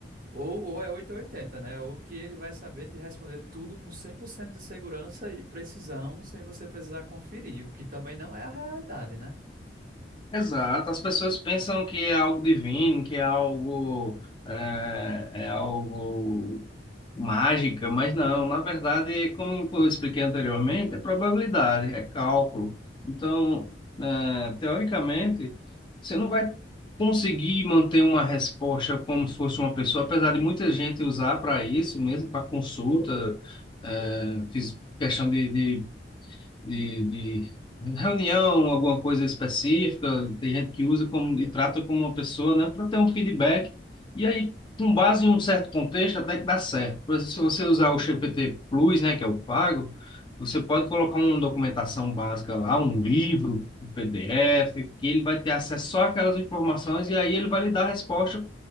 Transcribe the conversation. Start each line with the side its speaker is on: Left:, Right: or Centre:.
Right: Ou, ou é oito ou oitenta, né? Ou que ele vai saber te responder tudo com 100% de segurança e precisão, sem você precisar conferir, o que também não é a realidade, né?
Left: Exato, as pessoas pensam que é algo divino, que é algo, é, é algo mágica, mas não, na verdade, como eu expliquei anteriormente, é probabilidade, é cálculo. Então, é, teoricamente, você não vai conseguir manter uma resposta como se fosse uma pessoa, apesar de muita gente usar para isso, mesmo para consulta, é, fiz questão de, de de, de reunião, alguma coisa específica, tem gente que usa como, e trata como uma pessoa, né, para ter um feedback. E aí, com base em um certo contexto, até que dá certo. Por exemplo, se você usar o GPT Plus, né, que é o pago, você pode colocar uma documentação básica lá, um livro, um PDF, que ele vai ter acesso só àquelas informações e aí ele vai lhe dar a resposta